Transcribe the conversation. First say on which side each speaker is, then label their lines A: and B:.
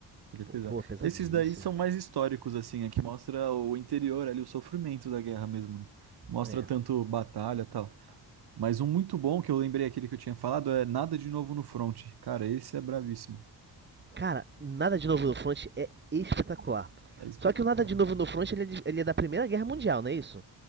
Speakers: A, on the right (about 65°); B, on the right (about 25°).
A: Ele
B: Pô,
A: é pesado.
B: pô pesadíssimo.
A: Esses daí são mais históricos, assim, aqui mostra o interior ali, o sofrimento da guerra mesmo, né? Mostra
B: É.
A: tanto batalha e tal. Mas um muito bom que eu lembrei aquele que eu tinha falado é Nada de Novo no Front. Cara, esse é bravíssimo.
B: Cara, Nada de Novo no Front é espetacular.
A: É espetacular.
B: Só que o Nada de Novo no Front ele é, de- ele é da Primeira Guerra Mundial, não é isso?